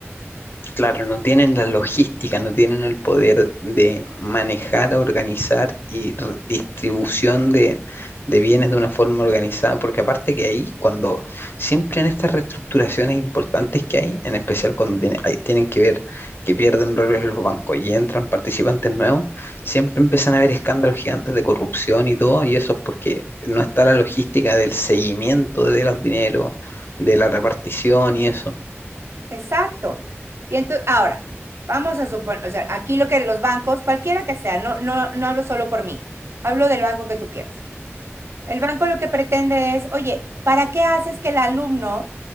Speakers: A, on the left (about 50°); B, on the right (about 65°).
A: Claro, no tienen la logística, no tienen el poder de manejar, organizar y r- distribución de, de bienes de una forma organizada, porque aparte que ahí, cuando siempre en estas reestructuraciones importantes que hay, en especial cuando tiene- ahí tienen que ver que pierden roles los bancos y entran participantes nuevos, siempre empiezan a haber escándalos gigantes de corrupción y todo, y eso es porque no está la logística del seguimiento de los dineros, de la repartición y eso.
B: Exacto. Y entonces, ahora, vamos a suponer, o sea, aquí lo que los bancos, cualquiera que sea, no, no, no hablo solo por mí, hablo del banco que tú quieras. El banco lo que pretende es, oye, ¿para qué haces que el alumno